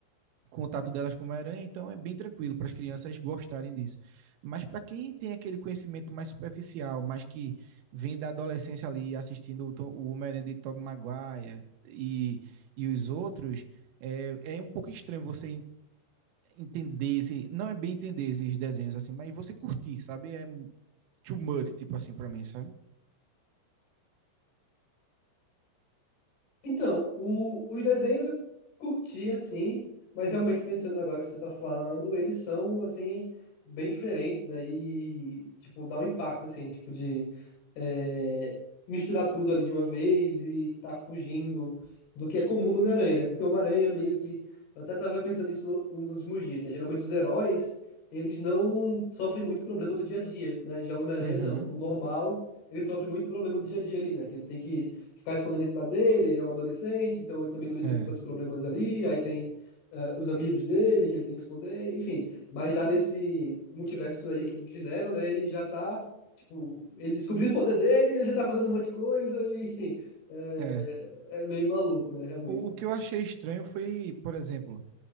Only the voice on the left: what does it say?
Então, o- os desenhos eu curti assim, mas realmente pensando agora que você está falando, eles são assim bem diferentes, né? E tipo dá um impacto assim, tipo de é, misturar tudo ali de uma vez e tá fugindo do que é comum do Homem-Aranha, né? Porque o Homem-Aranha meio que eu até tava pensando nisso no- nos últimos dias, né? Geralmente os heróis eles não sofrem muito problema do dia a dia, né? Já o Homem-Aranha
não, no normal ele sofre muito problema do dia a dia ali, né? Que ele tem que ficar escondendo a identidade dele, ele é um adolescente, então ele também não lida
com tantos problemas ali, aí tem ah, os amigos dele que ele tem que esconder, enfim. Mas já nesse multiverso aí que me fizeram, né, ele já tá, tipo, ele descobriu os poderes dele, ele já tá fazendo um monte de coisa, e, enfim, é,
é meio maluco, né, realmente.